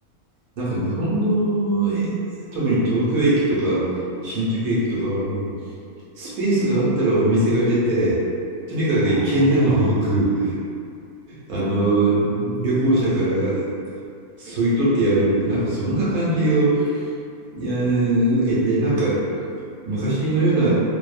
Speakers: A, on the right; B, on the left.
A: なんか日本の、え特に東京駅とか新宿駅とかはもう、スペースがあったらお店が出て、とにかく1円でも多く、
B: ああ、
A: あの、
B: そう
A: 旅行者からそぎ取ってやるなんかそんな感じを受けてなんか昔のような